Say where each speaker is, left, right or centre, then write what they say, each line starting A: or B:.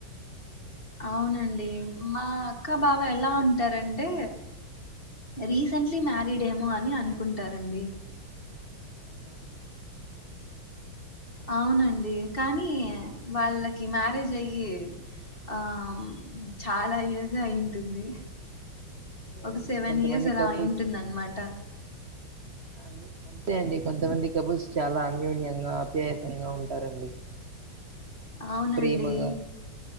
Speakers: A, on the left; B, on the right.
A: అవునండి మా అక్క బావ ఎలా ఉంటారంటే రీసెంట్లీ మ్యారీడ్ ఏమో అని అనుకుంటారండి
B: అవునా అండి
A: అవునండి కానీ వాళ్ళకి మ్యారేజ్ అయ్యి ఆ చాలా ఇయర్స్ అయి ఉంటుంది
B: అంతే అండి
A: ఒక సెవెన్
B: కొంతమంది
A: ఇయర్స్ అలా
B: కపుల్స్
A: అయింటుందన్నమాట
B: అంది అంతే అండి కొంతమంది కబుల్స్ చాలా అన్యూన్యంగా అప్యాయతంగా ఉంటారండి
A: అవునండి
B: ప్రేమగా